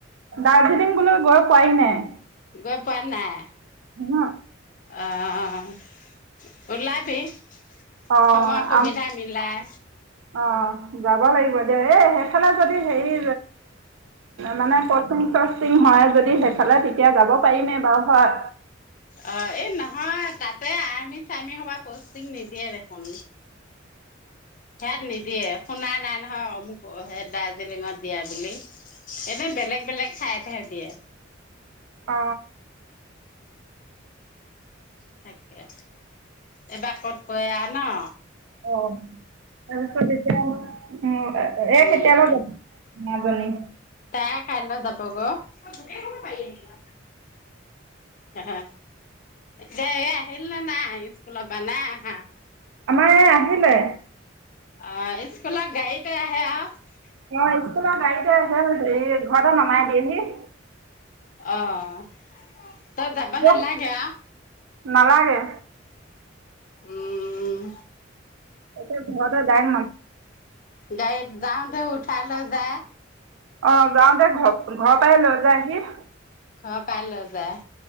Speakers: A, on the right; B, on the left.
A: দাৰ্জিলিং বোলৈ গৈ পোৱি নাই।
B: গৈ পোৱা নাই।
A: হ
B: আহ ওলাবি
A: অ
B: সময় সুবিধা
A: আম
B: মিলাই।
A: অ যাব লাগিব দিয় এ সেইফালে যদি হেৰি মানে কচ চচিং হয় যদি সেইফালে তেতিয়া যাব পাৰিমেই বাৰু হয়।
B: অ এই নহয় তাতে আৰ্মি চাৰ্মি সবা পষ্টিং নিদিয়ে দেখোন। সেয়াত নিদিয়ে শুনা নাই নহয়। অ মোক সেই দাৰ্জিলিঙত দিয়া বুলি এনে বেলেগ বেলেগ ঠাইতহেঁ দিয়ে।
A: অ
B: তাকে এইবাৰ ক'ত কৈ আঁ ন?
A: অ আৰু চবিতিয়া মই উ একতিয়াল
B: উম
A: <unintelligible> মাজনী
B: তাই কাইলৈ যাবগৈ । অ এতিয়া আহিল নে নাই স্কুলৰ পৰা নাই আহা?
A: আমাৰ এই আহিলে।
B: অ স্কুলৰ গাৰিতে আহে আৰু
A: অ স্কুলৰ গাড়ীতে হ হেৰি ঘৰতে নমাই দিয়েহি।
B: অহ ত যাবা
A: ব'ল
B: নালাগে আৰু।
A: নালাগে।
B: উম।
A: এতিয়া ঘৰতে দায়েক্ত না
B: গাইত যাওঁতে উঠাই লৈ যায়।
A: অ যাওঁতে ঘৰ ঘৰপৰাই লৈ যায় আহি।
B: ঘৰৰ পাই লৈ যায়।